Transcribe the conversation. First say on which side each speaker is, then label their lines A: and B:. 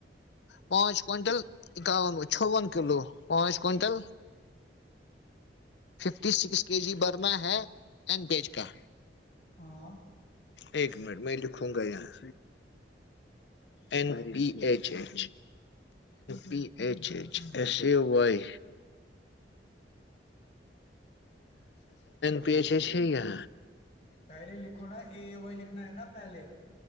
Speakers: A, on the left; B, on the left.
A: پانچ کوئنٹل اکاون چوون کلو پانچ quintal fifty six K G برنا ہے ا پیچ کا
B: ہاں
A: ایک منٹ میں لکھوں گا یہاں E P H H P H H S ا وائیا پی ایچ ایچ ہے یا
B: پہلے لکھو نا اے وائی لکھو نا ہے نا پہلے